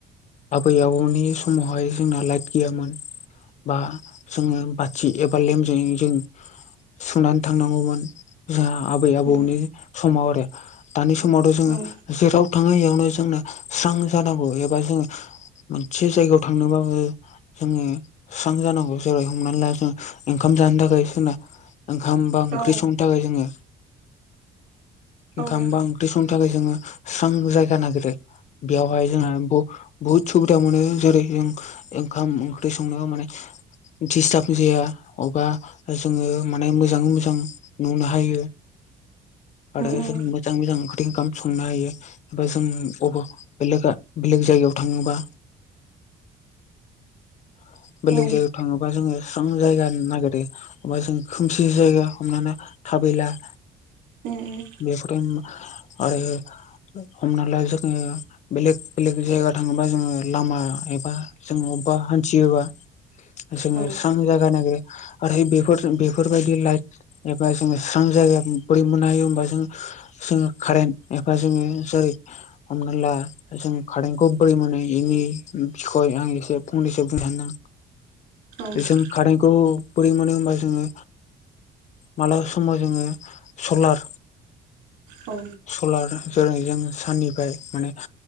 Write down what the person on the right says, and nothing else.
उम
उम
औ
औ
उम
उम
औ
उम उम
औ औ
औ
औ।